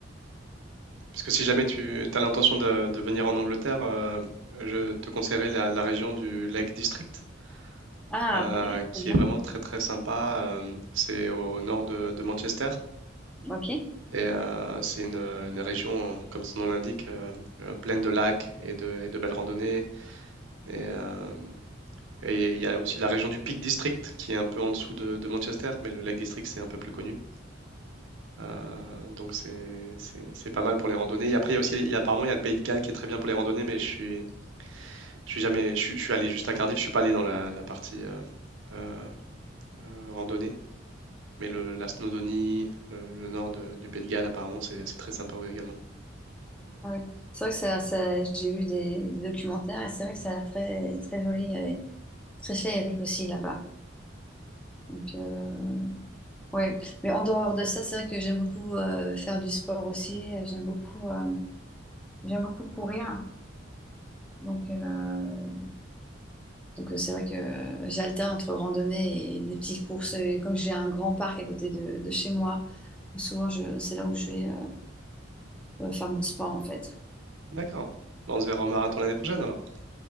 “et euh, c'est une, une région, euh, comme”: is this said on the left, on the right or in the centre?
Right